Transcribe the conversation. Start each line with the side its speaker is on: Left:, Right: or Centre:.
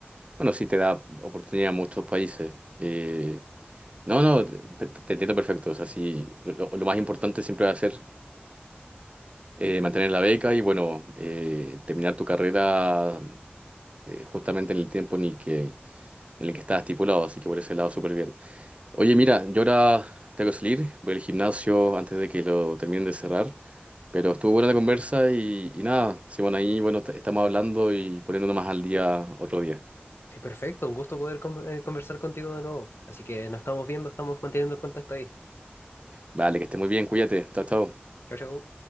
Right: bueno, sí te da oportunidad a muchos países. Eh, No, no, te, te- entiendo perfecto. O sea, sí, lo, lo- lo más importante siempre va a ser eh, mantener la beca y, bueno, eh, terminar tu carrera eh, justamente en el tiempo en el que, en el que estás estipulado. Así que por ese lado, súper bien. Oye, mira, yo ahora tengo que salir, voy al gimnasio antes de que lo terminen de cerrar. Pero estuvo buena la conversa y, y nada, sí, bueno, ahí, bueno, est- estamos hablando y poniéndonos más al día otro día.
Left: Sí, perfecto. Un gusto poder con- eh, conversar contigo de nuevo. Así que nos estamos viendo, estamos manteniendo el contacto ahí.
Right: Vale, que estés muy bien, cuídate. Chao, chao.
Left: Chau, chau.